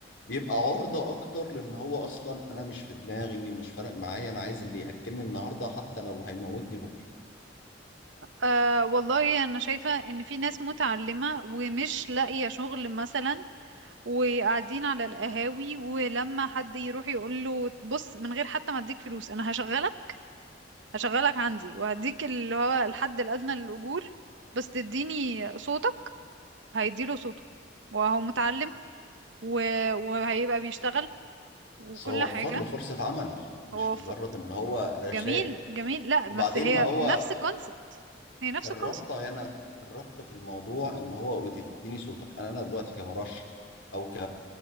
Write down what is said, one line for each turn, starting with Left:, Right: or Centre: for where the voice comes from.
Left: بيبقى عرضة أكتر لأن هو أصلا أنا مش في دماغي ومش فارق معايا أنا عايز اللي يأكلني النهاردة حتى لو هيموتني بكرة
Right: آه والله انا شايفة ان في ناس متعلمة ومش لاقية شغل مثلا وقاعدين على القهاوي ولما حد يروح يقول له بص من غير حتى ما اديك فلوس انا هشغلك هشغلك عندي وهديك اللي هو الحد الادنى للاجور بس تديني صوتك هيديله صوته وهو متعلم و... وهيبقى بيشتغل وكل
Left: بس هو
Right: حاجة
Left: وفر له فرصة عمل مش
Right: هو
Left: مجرد
Right: ف...
Left: إن هو رشاه
Right: جميل جميل لا بس
Left: وبعدين
Right: هي
Left: ما هو
Right: نفس الكونسبت هي نفس
Left: الربطة
Right: الكونسبت
Left: هنا الربط في الموضوع ان هو بتديني صوتك انا انا دلوقتي كمرشح او ك...